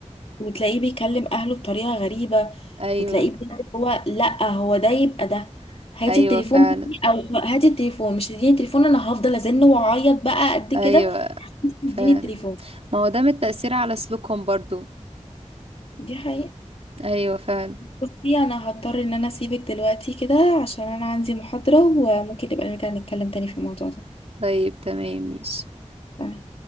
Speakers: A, on the left; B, on the right.
A: وتلاقيه بيكلم اهله بطريقه غريبه
B: ايوه
A: وتلاقيه بجد هو لا هو ده يبقى ده هاتي
B: ايوه
A: التليفون
B: فعلا
A: بس- او هاتي التليفون مش تديني التليفون انا هفضل ازن واعيط بقى قد
B: ايوه
A: كده عشان تديني
B: فعلا
A: التليفون
B: ما هو ده من التأثير على سلوكهم برضو
A: دي حقيقة
B: ايوه فعلا
A: بصي انا هضطر ان انا اسيبك دلوقتي كده عشان انا عندي محاضرة وممكن نبقى نرجع نتكلم تاني في الموضوع ده
B: طيب تمام ماشي
A: تمام.